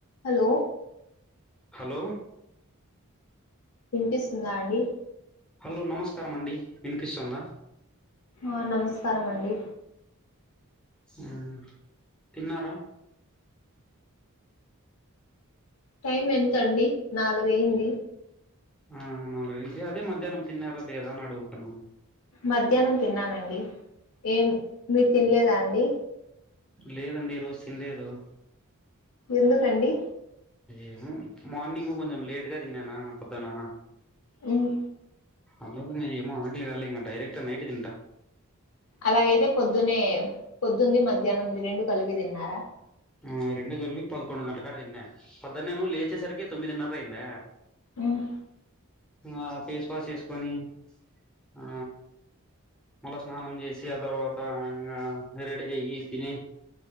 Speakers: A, on the left (about 70°); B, in the centre.
A: హలో
B: హలో
A: వినిపిస్తుందా అండి
B: హలో నమస్కారమండి వినిపిస్తుంద
A: ఆ నమస్కారం అండి
B: ఆ హుం తిన్నార
A: టైం ఎంత అండి నాలుగు అయింది
B: ఆ నాలుగంటి అదే మధ్యాహ్నం తిన్నార లేదా అని అడుగుతున్న
A: మధ్యానం తిన్నానండి ఏం మీరు తినలేదా అండి
B: లేదండి ఈ రోజు తినలేదు
A: ఎందుకండి
B: ఏమో మార్నింగ్ కొంచెం లేట్గా తిన్నానా పొద్ద్దాన
A: ఉమ్
B: అన్నం ఏమో ఆగలి కాలే ఇంక డైరెక్ నైటే తింట
A: అలాగైతే పొద్దునే పొద్దుంది మధ్యానంది రెండు కలిపి తిన్నారా
B: ఆ రెండు కలిపి పదకొండు గంటల కాడ తిన్న పద్దన్నామో లేచేసరికి తొమ్మిదిన్నర అయింద
A: ఉమ్
B: ఆ ఫేస్ వాష్ చేసుకొని ఆ మళ్ళా స్నానం చేసి ఆ తర్వాత ఇంగా వెరైటీగా ఏం తిని